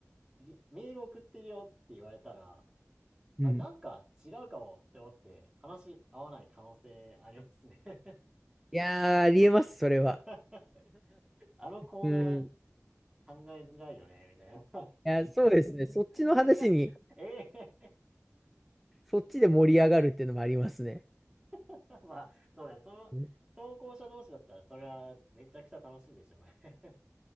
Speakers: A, on the right; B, in the centre.
A: リメール送ってるよって言われたら、
B: うん。
A: あ、なんか違うかもって思って話合わない可能性ありますね
B: いやー、ありえます、それは。
A: <laughs> あのコーナー
B: うん。い
A: 考えづらいよね、みたいな
B: や、そうですね。そっちの話に、
A: <laughs> ええ
B: そっちで盛り上がるっていうのもありますね。
A: <laughs> まあ、そうだ、その、
B: うん
A: 投稿者同士だったら、それはめちゃくちゃ楽しいでしょうね